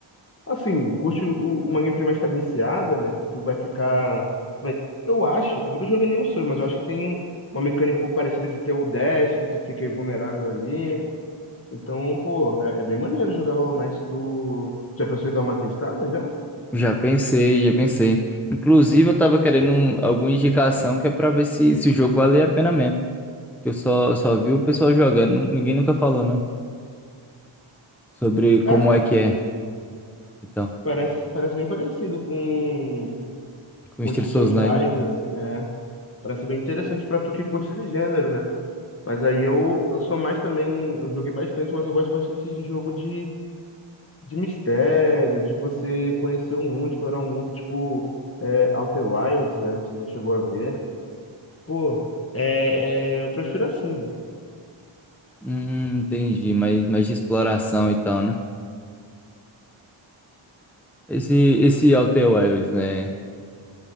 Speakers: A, on the left; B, in the centre.
A: Assim, curte o- uma gameplay mais cadenciada, né? Tu vai ficar. Tu vai, eu acho, que eu nunca joguei nenhum Souls, mas eu acho que tem uma mecânica um pouco parecida de ter o dash, que tu fica vulnerável ali. Então, pô, é, é bem maneiro jogar Hollow Knight. Tu já pensou em dar uma testada já?
B: Já pensei, já pensei. Inclusive, eu tava querendo um- alguma indicação que é pra ver se, se o jogo valia a pena mesmo. Que eu só, só vi o pessoal jogando. nu- Ninguém nunca falou, não. Sobre
A: Cara,
B: como é que é e tal.
A: parece, parece bem parecido com,
B: Com
A: com
B: estilo
A: esses
B: Souls-like.
A: Souls Lives assim, é. Parece bem interessante pra tu que curte esse gênero, né? Mas aí eu, eu sou mais também. Eu joguei bastante, mas eu gosto bastante de jogo de. de mistério, de você conhecer o mundo, explorar o mundo, tipo é, Outer Wilds, né? Você já chegou a ver. Pô, é, é, eu prefiro assim, né?
B: Hum, entendi. Mais, mais de exploração e tal, né? Esse, esse Outer Wilds, né?